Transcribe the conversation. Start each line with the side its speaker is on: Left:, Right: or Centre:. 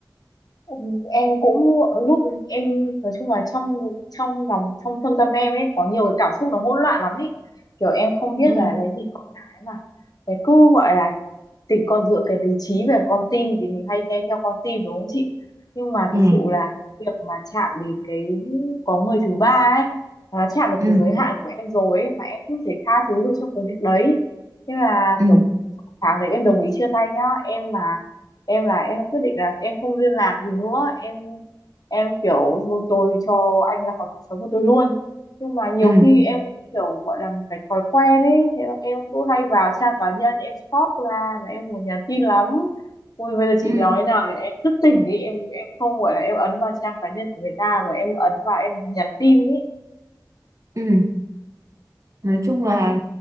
Left: Ừ, em cũng lúc em nói chung là trong trong lòng trong thâm tâm em ấy có nhiều cái cảm xúc nó hỗn loạn lắm ấy kiểu em không biết
Right: ừ
Left: là đấy vì con cái mà Thế cứ gọi là tình con giữa cái lý trí và con tim thì mình hay nghe theo con tim đúng không chị nhưng mà
Right: ừ
Left: thực sự là cái việc mà chạm đến cái có người thứ ba ấy nó chạm được
Right: ừ
Left: cái giới hạn của em rồi ấy mà em không thể tha thứ được cho cái việc đấy nên là
Right: ừ
Left: kiểu tháng đấy em đồng ý chia tay nhá em mà em là em đã quyết định là em không liên lạc gì nữa em em kiểu thôi tôi cho anh ra khỏi cuộc sống của tôi luôn nhưng mà nhiều
Right: ừ
Left: khi em kiểu gọi là một cái thói quen ấy thế là em cứ hay vào trang cá nhân em stalk ra mà em muốn nhắn tin lắm ui bây giờ chị
Right: ừ
Left: nói nào là em thức tỉnh đi em em không gọi là em ấn vào trang cá nhân của người ta mà em ấn vào em muốn nhắn tin ý
Right: ừ nói chung là